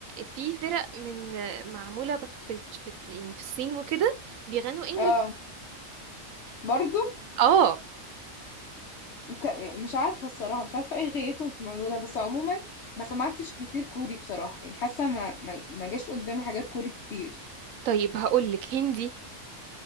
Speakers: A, on the right; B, on the left.
A: في فرق من معموله في ال- في يعني في الصين وكده بيغنوا انجلش
B: اه <laughs> برضو
A: اه
B: وك- مش عارفة الصراحة مش عارفة ايه غايتهم في الموضوع ده بس عموما ما سمعتش كتير كوري بصراحة يعني حاسة ما ما ما جاش قدامي حاجات كوري كتير
A: طيب هقول لك هندي